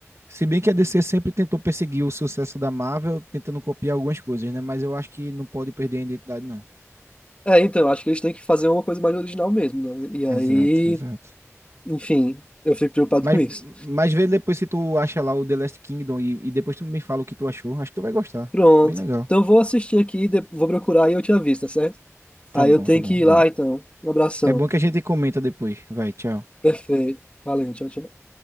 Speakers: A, on the right; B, on the left.
A: Se bem que a DC sempre tentou perseguir o sucesso da Marvel, tentando copiar algumas coisas, né? Mas eu acho que não pode perder a identidade, não.
B: É, então, acho que eles têm que fazer uma coisa mais original mesmo, né? E aí,
A: Exato, exato.
B: enfim, eu fico preocupado
A: Mas,
B: com isso.
A: mas vê depois se tu acha lá o The Last Kingdom e, e depois tu me fala o que tu achou. Acho que tu vai gostar.
B: Pronto.
A: Bem legal.
B: Então vou assistir aqui, de- vou procurar e eu te aviso, tá certo?
A: Tá
B: Aí
A: bom,
B: eu tenho
A: tá bom,
B: que ir
A: vai.
B: lá, então. Um abração.
A: É bom que a gente comenta depois. Vai, tchau.
B: Perfeito. Valeu, tchau, tchau.